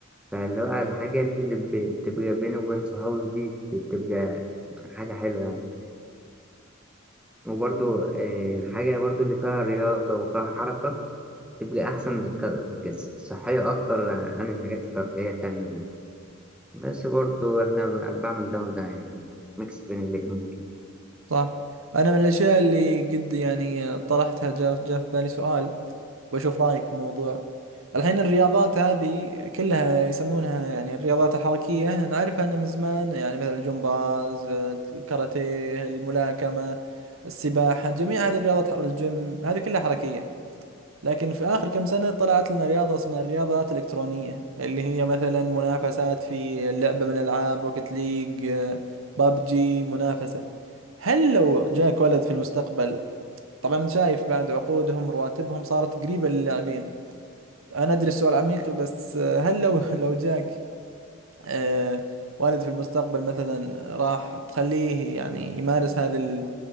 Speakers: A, in the centre; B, on the right.
A: فاللي هو الحاجة اللي ب- بتبقى بيني وبين صحابي دي بتبقى حاجة حلوة يعني آه، وبرضو آه، الحاجة برضو اللي فيها رياضة وفيها حركة تبقى أحسن ك- صحية أكتر عن الحاجات الترفيهية التانية دي. بس برضو احنا ب- بعمل ده وده يعني ميكس بين الاتنين كده
B: صح أنا من الأشياء اللي قد يعني طرحتها جاء جاء في بالي سؤال بشوف رأيك في الموضوع الحين الرياضات هذه كلها يسمونها يعني الرياضات الحركية نعرفها أنا من زمان يعني مثلا الجمباز الكاراتيه الملاكمة السباحة جميع هذه الرياضات الجيم هذه كلها حركية لكن في آخر كم سنة طلعت لنا رياضة اسمها الرياضات الإلكترونية اللي هي مثلا منافسات في لعبة من الألعاب روكيت ليج بابجي منافسة هل لو جاك ولد في المستقبل طبعا أنت شايف بعد عقودهم رواتبهم صارت قريبة للاعبين أنا أدري السؤال عميق بس آه، هل لو <laughs> لو جاك آه، والد في المستقبل مثلا راح تخليه يعني يمارس هذه ال-